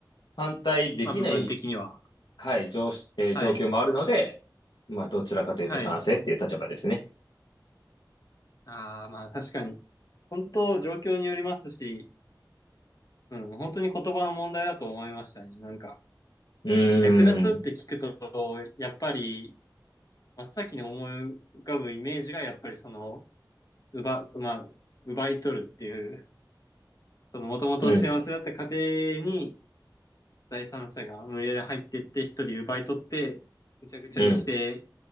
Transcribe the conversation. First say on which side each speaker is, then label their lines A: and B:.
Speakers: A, on the left (about 75°); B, on the left (about 50°).
A: 反対できない、
B: まあ、部分的には。
A: はい、状し、えー状況もあるので、
B: はい、
A: まあ、どちらかというと賛成っていう立場ですね。
B: はい。ああ、まあ、確かに。本当、状況によりますし、うん、本当に言葉の問題だと思いましたね。なんか。
A: うーん、
B: 略奪って聞くと、やっぱり、真っ先に思い浮かぶイメージが、やっぱりその、奪、まあ、奪い取るっていう、その、もともと幸せだった家庭に、
A: うん、
B: 第三者が無理やり入っていって、一人奪い取って、ぐちゃぐちゃにして、
A: うん、